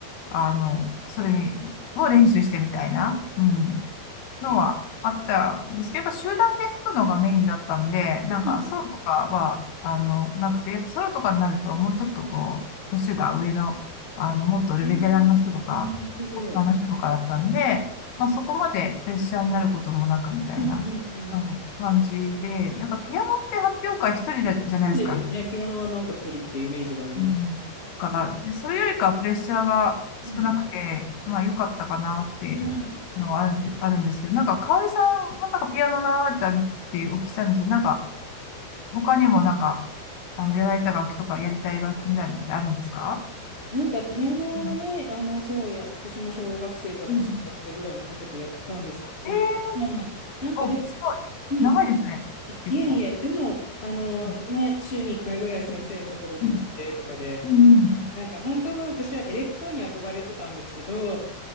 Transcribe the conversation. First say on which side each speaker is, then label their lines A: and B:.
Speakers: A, on the left (about 70°); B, on the left (about 25°).
A: あの、それを練習してみたいな。うん。のはあったんですけど、
B: ん。えー、
A: やっぱ集団で吹くのがメインだったんで、なんかソロとかは、
B: そうなんです。
A: あの、
B: う
A: なくて、やっぱソロとかになるともうちょっとこう、年が上の、あの、もっとベテランの人とか、
B: えー、なるほど。
A: 大人の人とかだったんで、まあそこまでプレッシャーになることもなくみたいな、
B: うん、うん、うん。
A: うん、感じで、なんかピアノって発表会一人じゃないですか、
B: そうですよね。ピアノはなんか一人ってイメージがありますけど。
A: うん。
B: あそう、
A: から、それよりかはプレッシャーが少なくて、
B: うん。
A: まあ良かったかなっていう
B: うん。
A: のはあるんで、あるんですけど、なんか、かおりさんもなんかピアノ習われたってお聞きしたんですけど、なんか、他にもなんか、あの、やられた楽器とかやりたい楽器みたいなのってあるんですか
B: なんかピアノはね、
A: うん
B: あの、そうや、私も小学生から中学生ぐらいにかけてやってたんですけど、
A: うんあ、ええ
B: はい。なんかでも、
A: お、すごい。
B: うん。
A: 長いですね。結構。
B: いえいえ、でも、あの、
A: うん
B: ね、週に1回ぐらい先生のところに行ってとかで、
A: うんうん
B: なんか本当は私はエレクトーンに憧れてたんですけど、